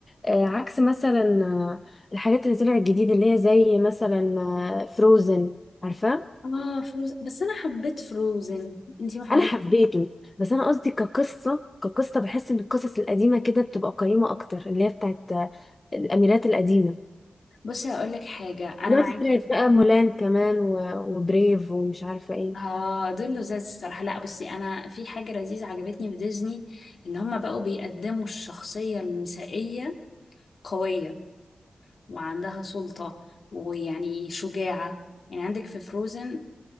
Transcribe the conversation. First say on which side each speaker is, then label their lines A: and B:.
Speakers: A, on the left (about 35°); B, on the left (about 70°).
A: آه عكس مثلا آه، الحاجات اللي طلعت جديد اللي هي زي مثلا فروزن عارفاه
B: اه فروز بس أنا حبيت فروزن انتي ما حبيت
A: انا حبيته بس انا قصدي كقصه كقصه بحس ان القصص القديمه كده بتبقى قيمه اكتر اللي هي بتاعت آه، الاميرات القديمه
B: بصي هقول لك حاجة أنا
A: دلوقتي
B: معاكي
A: طلعت
B: في
A: بقى
B: الحتة
A: مولان
B: دي
A: كمان و- وبريف ومش عارفه ايه
B: اه دول لزاز الصراحة لا بصي أنا في حاجة لذيذة عجبتني في ديزني إن هما بقوا بيقدموا الشخصية النسائية قوية وعندها سلطة ويعني شجاعة يعني عندك في فروزن